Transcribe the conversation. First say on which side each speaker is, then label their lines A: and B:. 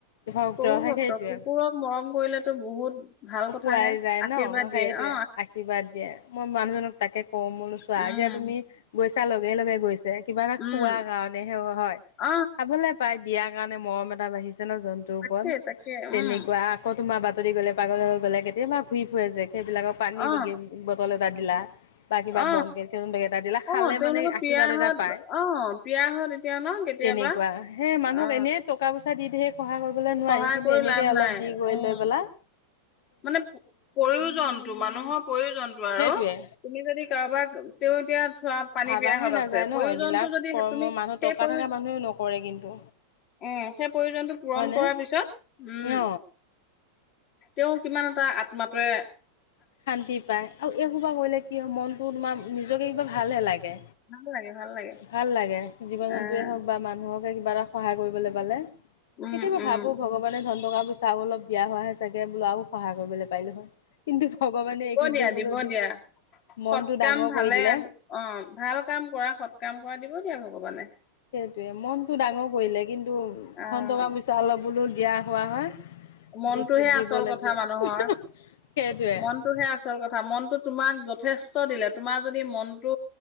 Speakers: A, on the left; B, on the left.
A: ভক্ত
B: প্ৰভু
A: হয়
B: ভক্ত
A: সেইটোৱে
B: কুকুৰৰ মৰম কৰিলেতো বহুত। ভাল কথাহে
A: পোৱাই যায়
B: আশীৰ্বাদ
A: ন
B: দিয়ে
A: সেইটয়ে
B: অ
A: আশীৰ্বাদ দিয়ে। মোৰ মানুহজনক তাকে কওঁ মই বোলো ছোৱা
B: উম,
A: আজি আ তুমি গৈছা লগে লগে গৈছে। যে কিবা এটা
B: উম,
A: খোৱা কাৰণে হে হয়।
B: অ,
A: খাবলৈ পায় ইয়াৰ কাৰণে মৰম এটা বাঢ়িছে। যেন জন্তুৰ
B: তাকে,
A: ওপৰত।
B: তাকে,
A: তেনেকুৱা
B: উম,
A: আকৌ তোমাৰ বা যদি গ'লে পাগল হৈ গ'লে কেতিয়াবা ঘূৰি ফুৰে যে সেইবিলাকৰ পানী
B: অ,
A: বা গি- বটল বা দিলা। বা কিবা
B: অ,
A: বন কে কেইটামান বেগ এটা দিলা,
B: অ,
A: খালে
B: তেওঁলোকৰ
A: মানে আশীৰ্বাদ
B: পীড়াহত
A: এটা পায়।
B: অ, পীড়াহত এতিয়া ন কেতিয়াবা
A: তেনেকুৱা। সেই মানুহক
B: অ,
A: এনেই টকা পইচা দি ধেৰ সহায় কৰিবলৈ নোৱাৰি।
B: সহায়
A: কিন্তু
B: কৰি
A: এনেকে
B: লাভ
A: অলপ
B: নাই,
A: দি গৈ
B: উম,
A: লৈ পেলাই
B: মানে প্ৰয়োজনটো- মানুহৰ প্ৰয়োজনটো আৰু।
A: সেইটোৱে
B: তুমি যদি কাৰোবাক- তেওঁ এতিয়া চোৱা পানী
A: ভাবাহে
B: পিয়াহত
A: নাযায়
B: আছে।
A: ন
B: প্ৰয়োজনটো
A: এইবিলাক
B: যদি
A: কৰ্ম
B: হে তুমি- সেই
A: মানুহ টকা
B: প্ৰয়ো-
A: থকা
B: উম,
A: মানুহেও নকৰে কিন্তু।
B: সেই প্ৰয়োজনটো পূৰণ
A: হয়নে?
B: কৰাৰ পিছত, উম।
A: অ
B: তেওঁ কিমান এটা আত্মাটোৱে
A: শান্তি পায়। আৰু এসোপা কৰিলে কি হয়, মনটো তোমাৰ নিজকে কিবা ভালহে লা গে।
B: ভাল লাগে, ভাল লাগে,
A: ভাল লাগে জীৱ
B: আহ,
A: জন্তুৱে হওঁক বা মানুহক কিবা এটা সহায় কৰিবলৈ পালে।
B: উম,
A: কেতিয়াবা
B: উম।
A: ভাবো ভগৱানে ধন টকা-পইচা আৰু অলপ দিয়া হোৱাহে চাগে, বোলো আৰু সহায় কৰিবলৈ পাৰিলোঁ হয়। কিন্তু ভগৱানে
B: দিব
A: এইখিনিতে
B: দিয়া।
A: বোলো
B: দিব
A: দি
B: দিয়া।
A: মনটো
B: সৎ কাম
A: ডাঙৰ
B: ভালে
A: কৰি দিলে।
B: আ- অ' ভাল কাম কৰা, সৎ কাম কৰা, দিব দিয়া ভ ভগৱানে।
A: সেইটোৱে, মনতো ডাঙৰ কৰিলে। কিন্তু
B: আহ
A: ধন, টকা-পইচা অলপ বোলো দিয়া হোৱা হয়।
B: মনটোহে
A: দি দিব
B: আচল
A: লাগে।
B: কথা মানুহৰ।
A: সেইটোৱে
B: মনটোহে আচল কথা। মনটো তোমাক যথেষ্ট দিলে, তোমাৰ যদি মনটো